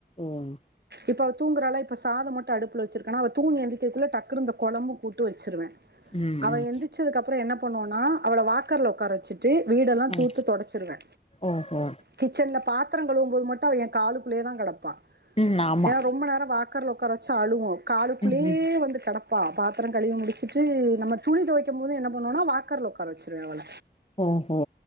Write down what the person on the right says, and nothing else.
இப்ப அவ தூங்கறாலா இப்ப சாத மட்டு அடுப்புல வச்சிருக்கான அவ தூங்கி எந்திரிக்கறதுக்குள்ள டக்குனு இந்த குழம்பு கூட் டு வச்சிருவே
அவ
எந்திச்சது அப்றோ என்ன பண்ணுவனா அவள வாக்கர்ல உடக்கார வச்சிட் டு வீடெல்லா
தூத்தி தொடச்சிருவே
கிச்சன்ல பாத் பாத்ர கழுவும் போது மட்டு அவ எ காளுக்குக்குள்ளோதா கெடப்பா
ஏன்னா ரொம்ப நேர வா வாக்கர்ல உக்கார வச்சா அழுவு காலக்குள்ளேயே
வந்து கெடக் ப்பா பாத்திர கழிவி முடிச்சுட்டு நம்ம துணி துவைக்கு போது என்ன பண்ணுவேனா வாக்கர்ல உக்கார வச்சுருவே அவள